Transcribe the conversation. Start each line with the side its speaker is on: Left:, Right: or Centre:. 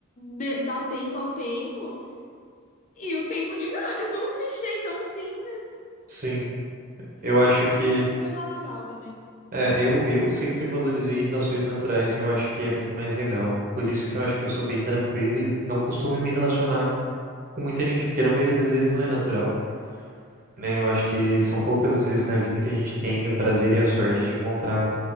Left: de- dar tempo ao tempo e o tempo dirá. <laughs> É tão clichê, tão simples.
Right: sim.
Left: Sei
Right: Eu acho
Left: lá, pra
Right: que,
Left: mim sempre foi natural também.
Right: é, eu, eu sempre valorizei relações naturais e eu acho que é muito mais legal. Por isso que eu acho que eu sou bem tranquilo e não costumo me relacionar com muita gente, porque na maioria das vezes não é natural, né? Eu acho que são poucas as vezes na vida que a gente tem o prazer e a sorte de encontrar